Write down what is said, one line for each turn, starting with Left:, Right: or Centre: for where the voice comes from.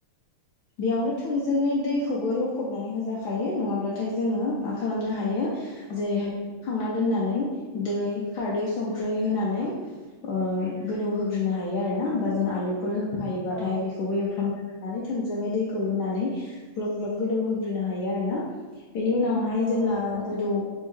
Left: बेयावनो थोंजोङै दैखौबो लखबनानै होजाखायो नङाब्लाथाय जोङो मा खालामनो हायो।
Right: औ
Left: जेरै खांना दोननानै दै खारदै, संख्रै होनानै ओ गोदौहोग्रोनो हायो आरोना बा जों आलुफोर होफायोबाथाय
Right: औ
Left: बेखौबो एवफ्राम नानै थोंजोङै दैखौ लुनानै ग्लब ग्लब गोदौ होग्रोनो हायो आरो ना। बेनि उनावहाय
Right: औ
Left: जेब्ला
Right: नंगौ
Left: गोदौ